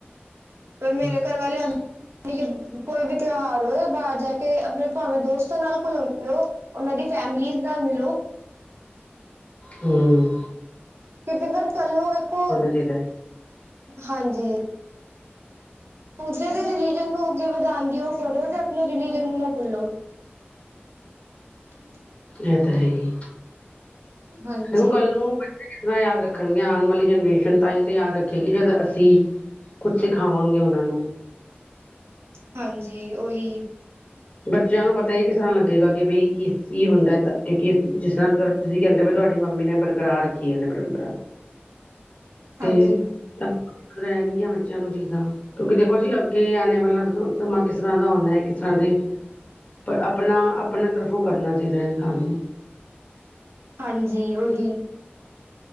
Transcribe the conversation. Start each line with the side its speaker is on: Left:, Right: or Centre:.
Right: ਪਰ ਮੇਰੇ
Left: <inaudible>
Right: ਘਰ ਵਾਲੇ <unintelligible> ਕੋਈ ਵੀ ਤਿਉਹਾਰ ਹੋਏ ਬਾਹਰ ਜਾ ਕੇ ਆਪਣੇ ਭਾਵੇਂ ਦੋਸਤਾਂ ਨਾਲ ਘੁਲੋ ਮਿਲੋ ਉਨਾਂ ਦੀ ਫੈਮਿਲੀਜ਼ ਨਾਲ ਮਿਲੋ
Left: ਹੂ-
Right: ਕਿਉਂਕਿ ਫਿਰ ਕੱਲ ਨੂੰ ਵੇਖੋ,
Left: ਚਾਹੀਦਾ ਹੈ
Right: ਹਾਂਜੀ ਦੂਜੇ ਦੇ ਰਿਲੀਜਨ ਨੂੰ ਅੱਗੇ ਵਧਾਣ ਦੀ ਉਹ ਕਰੋ, ਤੇ ਆਪਣੇ ਰਿਲੀਜਨ ਨੂੰ ਨਾ ਪੁੱਲੋ ਹ <unintelligible>
Left: ਏ ਤੇ ਹੈਈ
Right: ਹਾਂਜੀ
Left: ਦੇਖੋ ਕੱਲ ਨੂੰ ਕਿਸ ਤਰ੍ਹਾਂ ਯਾਦ ਰੱਖਣ ਗਈਆਂ ਆਣ ਵਾਲੀ ਜਨਰੇਸ਼ਨ ਤਾਈ ਤੇ ਯਾਦ ਰੱਖੇਗੀ ਜਦ ਅਸੀਂ ਕੁਝ ਸਿਖਾਵਾਂਗੇ ਉਨਾਂ ਨੂੰ
Right: ਹਾਂਜੀ, ਓਹੀ
Left: ਬੱਚਿਆਂ ਨੂੰ ਪਤਾ ਈ ਕਿਸ ਤਰ੍ਹਾਂ ਲੱਗੇਗਾ ਕਿ ਬਈ ਕੀ ਕੀ ਹੁੰਦਾ ਏ ਕੀ ਕੀ ਕਿਸ ਜਿਸ ਤਰ੍ਹਾਂ ਤੁਸੀਂ ਕਹਿੰਦੇ ਪਏ ਤੁਹਾਡੀ ਮੰਮੀ ਨੇ ਬਰਕਰਾਰ ਰੱਖੀ ਓਹਨੇ ਪਰੰਪਰਾ ਤੇ
Right: ਹਾਂਜੀ
Left: <unintelligible> ਰੈਨਗੀਆਂ ਬੱਚਿਆਂ ਨੂੰ ਚੀਜ਼ਾਂ ਕਿਉਂਕਿ ਦੇਖੋ ਜੀ ਅੱਗੇ ਆਣੇ ਵਾਲਾ ਸਮਾਂ ਕਿਸ ਤਰ੍ਹਾਂ ਦਾ ਹੋਨਾ ਕਿਸ ਤਰ੍ਹਾਂ ਦੇ ਪਰ ਆਪਣਾ ਆਪਣੇ ਤਰਫੋਂ ਕਰਨਾ ਚਾਈਦਾ ਇਨਸਾਨ ਨੂੰ
Right: ਹਾਂਜੀ ਓਹੀ